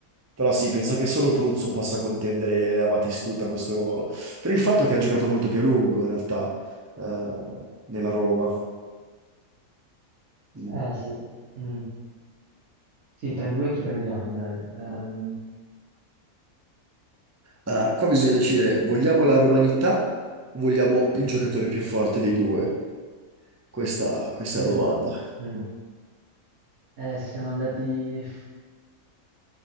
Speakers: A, on the right; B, on the right.
A: però sì, penso che solo Pruzzo possa contendere a Batistuta questo ruolo, per il fatto che ha giocato molto più a lungo in realtà, eh, nella Roma. Mm.
B: Eh sì. Mm. Sì, tra i due chi prendiamo, dai. Ehm,
A: Ah, qua bisogna decidere, vogliamo la romanità o vogliamo il giocatore più forte dei due? Questa, questa
B: Mm,
A: è la domanda.
B: mm. Eh, siamo andati...